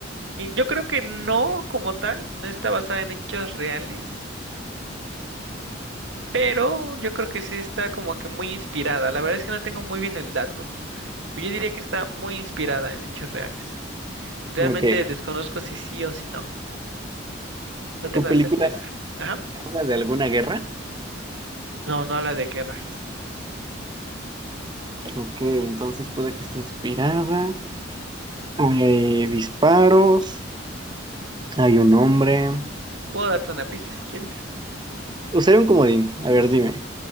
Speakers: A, on the right; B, on the right.
A: y yo creo que no, como tal, no está basada en hechos reales, pero yo creo que sí está como que muy inspirada. La verdad es que no tengo muy bien el dato, pero yo diría que está muy inspirada en hechos reales. Realmente
B: Ujú. Ok.
A: desconozco si sí o si no. No tengo
B: Tu película
A: la certeza. Ajá.
B: habla de alguna guerra.
A: No, no habla de guerras.
B: Ok, entonces puede que esté inspirada. Hay disparos. Hay un hombre.
A: Puedo darte una pista si quieres.
B: Usaré un comodín. A ver, dime.